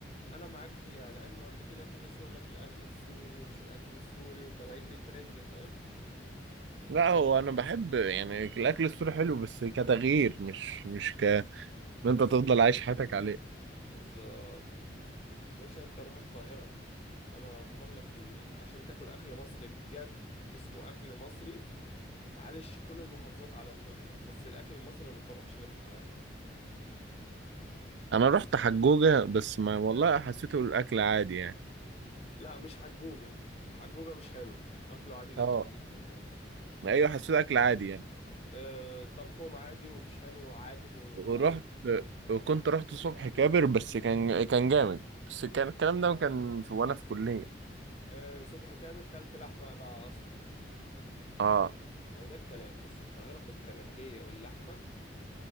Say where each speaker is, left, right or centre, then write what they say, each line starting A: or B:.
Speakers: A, on the left; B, on the right.
A: انا معاك فيها لانه قبل كده في ناس يقول لك الاكل السوري ومش الاكل السوري وطالعين بترند فاهم
B: لا هو انا بحب يعني الاكل السوري حلو بس كتغيير مش مش ك ان انت تفضل عايش حياتك عليه
A: بالظبط يا باشا انت روح القاهرة انا اضمن لك ال... عشان تاكل اكل مصري بجد اسمه اكل مصري معلش كل المحافظات على دماغنا بس الاكل المصري ما بيتطبخش غير في القاهرة
B: انا رحت حجوجة بس ما والله حسيته الاكل عادي يعني
A: لا مش حجوجة حجوجة مش حلو اكله عادي جدا
B: اه
A: جدا يعني
B: ايوه حسيته اكل عادي يعني
A: أه طبخهم عادي ومش حلو عادي وطعمه
B: ورحت
A: مش
B: كنت رحت صبح كابر بس كان كان جامد بس كان الكلام ده كان في وانا في كلية
A: أه صبحي كابر كلت لحمة بقى اصلي بقى
B: اه
A: هو ده الكلام بص القاهرة في الكبابجية واللحمة